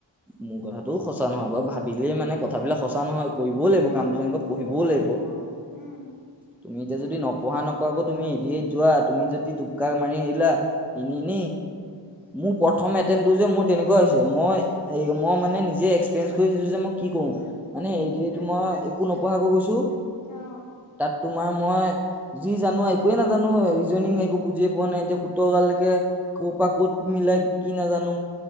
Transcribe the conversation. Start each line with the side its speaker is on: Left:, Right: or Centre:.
Centre: মোৰ কথাটোও সঁচা নহয় বাৰু, ভাবিলেই মানে কথাবিলাক সঁচা নহয়। কৰিবও লাগিব
Left: উম,
Centre: কামটো, তেনেকৈ পঢ়িবও
Left: কৰিব
Centre: লাগিব।
Left: অ, উম,
Centre: তুমি এতিয়া যদি নপঢ়া নকৰা কৈ তুমি এ দি আই ত যোৱা তুমি যদি টোপকা মাৰি আহিলা। ই নেই, ই নেই। মোৰ প্ৰথম এটেনটো যে, মোৰ তেনেকুৱা হৈছে মই, মই মানে নিজেই এপিৰিএচ্ কৰি। যে মই কি কৰো। মানে
Left: উম,
Centre: এ দি আই টোত মই একো নপঢ়াকৈ গৈছো।
Left: অ,
Centre: তাত তোমাৰ মই যি জানো, একোৱে নাজানো ৰিজনিং একো বুজিয়ে পোৱা নাই, এতিয়া সোতৰ গালৈকে ক'ৰ পৰা ক'ত মিলাই কি, নাজানো।